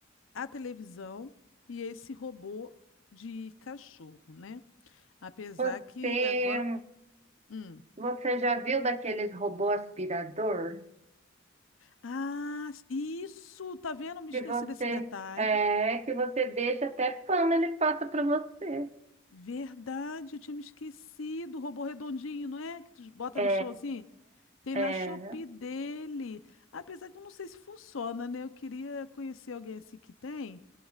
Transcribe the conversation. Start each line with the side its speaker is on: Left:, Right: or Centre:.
Left: a televisão e esse robô de cachorro, né? Apesar
Right: Você,
Left: que agora. hum.
Right: você já viu daqueles robô aspirador?
Left: Ah, isso! Tá vendo? Me
Right: Que
Left: esqueci
Right: você,
Left: desse detalhe.
Right: é, que você deixa até pano, ele passa para você.
Left: Verdade, eu tinha me esquecido. O robô redondinho, não é? Que tu bota
Right: É,
Left: no chão assim? Tem
Right: é.
Left: na Shopee dele. Apesar que eu não sei se funciona, né? Eu queria conhecer alguém assim que tem,